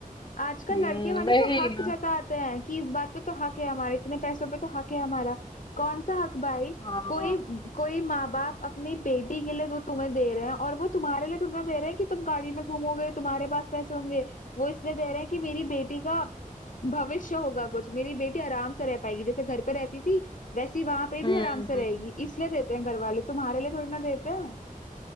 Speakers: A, on the left (about 65°); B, on the left (about 35°).
A: आजकल
B: हम्म,
A: लड़के वाले
B: वही
A: तो हक
B: ना
A: जताते हैं कि इस बात पे तो हक है हमारे इतने पैसों पे तो हक है हमारा कौन सा हक भाई
B: हाँ
A: कोई कोई माँ बाप अपनी बेटी के लिए जो तुम्हें दे रहे हैं और वो तुम्हारे लिए तुम्हें दे रहे हैं कि तुम गाड़ी में घूमोगे तुम्हारे पास पैसे होंगे वो इसलिए दे रहे हैं कि मेरी बेटी का भविष्य होगा कुछ मेरी बेटी आराम से रह पाएगी जैसे घर पे रहती थी वैसी वहां पे भी
B: हम्म
A: आराम से
B: हम्म
A: रहेगी इसलिए देते हैं घर वाले तुम्हारे लिए थोड़ी ना देते हैं